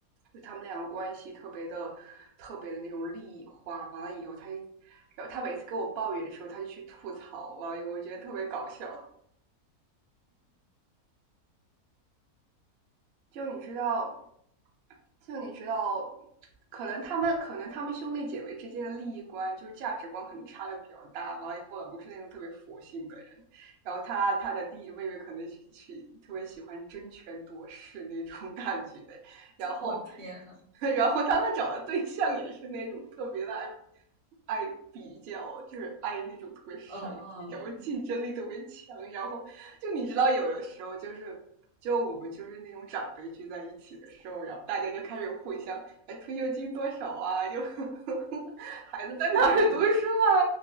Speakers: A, on the right; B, on the right.
A: 就他们两个关系特别的特别的那种利益化，完了以后他就。然后他每次跟我抱怨的时候，他就去吐槽，完了以后我觉得特别搞笑。就你知道，就你知道，可能他们可能他们兄弟姐妹之间的利益观就是价值观可能差的比较大。完了以后，老公是那种特别佛性的人，然后他他的弟弟妹妹可能是喜特别喜欢争权夺势那种感觉，然后，
B: 我天呐，
A: <laughs> 然后他们找的对象也是那种特别的爱爱比较，就是爱那种特别上进，
B: 哦，
A: 然后竞争力特别强，然后就你知道，有的时候就是就我们就是那种长辈聚在一起的时候，然后大家就开始互相哎退休金多少啊，就呵呵 <laughs> 孩子在哪儿读书啊，